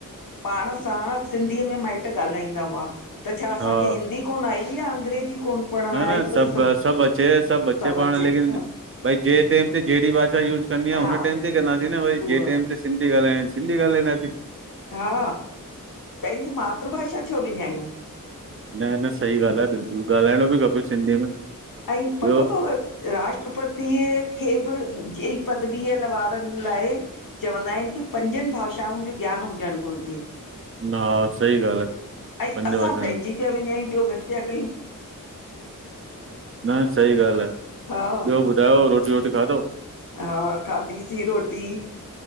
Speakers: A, on the left (about 75°); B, on the right (about 40°).
A: पाण सां सिंधीअ में माइट ॻाल्हाईंदा हुआ त छा असांखे
B: हा
A: हिंदी कोन आईया अंग्रेजीी कोन पढ़ण
B: न
A: आई
B: न सब
A: पर सभु
B: सब अचे सब अचे
A: सभु
B: पाण लेकिन
A: हा
B: भई जें टेम ते जहिड़ी भाषा यूज कदंहि हुन
A: हा
B: टेम ते कंदासीं न भई
A: उहा
B: टम ते जिते सिधी ॻाल्हाण सिंध ॻाल्हाईंदासीं।
A: हा पंहिंजी मातृभाषा छो विञायूं।
B: न न सही ॻाल्ह आ बिल्कुल ॻाल्हाइणो बि खपे सिंधीअ में।
A: अई पतो
B: ॿियो
A: थव राष्ट्रपतिअ खे बि जी पदवीअ ल वारनि लाइ चवंदा आहिन की पंजनि भाषाउनि जो ज्ञान हुजणु घुरिजे
B: न हा सही ॻाल्हि आहे
A: ऐं
B: पंज
A: असां
B: वचन
A: पंहिंजी पिया विञायूं ॿियो घटि पिया कयूं
B: न सही ॻाल्ह आहे
A: हा
B: ॿियो ॿुधायो रोटी वोटी खाधव
A: हा खाधीसी रोटी